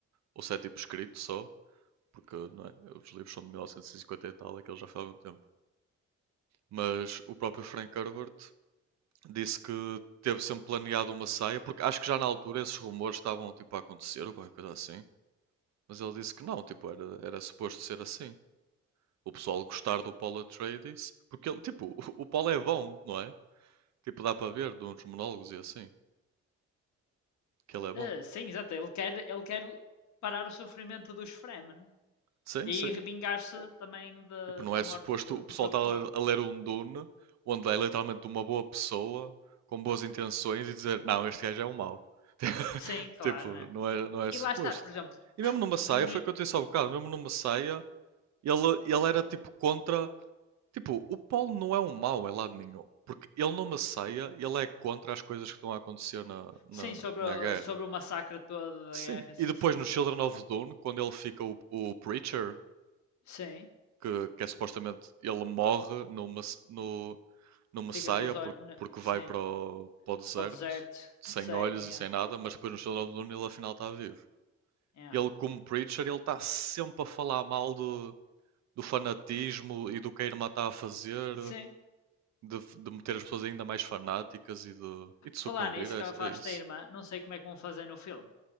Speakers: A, on the right (about 65°); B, on the left (about 65°).
A: ou se é tipo escrito só, porque não é, os livros são de mil novecentos e cinquenta e tal, aquilo já foi há algum tempo. Mas o próprio Frank Herbert disse que teve sempre planeado uma saia, porque acho que já na altura esses rumores estavam tipo a acontecer ou qualquer coisa assim. Mas ele disse que não, tipo, era, era suposto ser assim. O pessoal gostar do Paul Atreides, porque ele, tipo, <laughs> o, o Paul é bom, não é? Tipo, dá para ver de uns monólogos e assim. Que ele é bom.
B: Ah, sim, exato. Ele quer, ele quer parar o sofrimento dos Fremen
A: Sim,
B: e
A: sim.
B: vingar-se também da,
A: Tipo, não
B: da
A: é
B: morte
A: suposto
B: de-
A: o
B: do
A: pessoal
B: seu
A: estar
B: clã.
A: a ler um Dune onde é literalmente uma boa pessoa com boas intenções e dizer não, este gajo é um mau. <laughs>
B: Sim, claro,
A: Tipo,
B: né?
A: não é, não é suposto.
B: E lá está, por exemplo,
A: E mesmo no Messiah,
B: e no-
A: foi o que eu te disse há bocado, mesmo no Messiah, ele, ele era tipo contra. Tipo, o Paulo não é um mau em lado nenhum. Porque ele no Messiah, ele é contra as coisas que estão a acontecer na, na,
B: sim, sobre,
A: na
B: o-
A: guerra.
B: sobre o massacre todo
A: Sim,
B: da guerra,
A: e
B: sim,
A: depois
B: sim,
A: no
B: sim.
A: Children of Dune, quando ele fica o, o Preacher,
B: Sim,
A: que, que é supostamente ele morre numa, no, numa
B: fica
A: saia
B: com os
A: por-
B: olhos, na-
A: porque
B: sim,
A: vai para o, para o deserto
B: para o deserto,
A: sem
B: cego,
A: olhos
B: yeah,
A: e sem nada, mas depois no Children of the Dune ele afinal está vivo.
B: yeah.
A: Ele, como Preacher, ele está sempre a falar mal do, do fanatismo e do que a irmã está a fazer,
B: Sim.
A: de, de meter as pessoas ainda mais fanáticas e de, e de sucumbir
B: Falar nisso
A: é
B: que ela falaste
A: é isso.
B: da irmã, não sei como é que vão fazer no filme,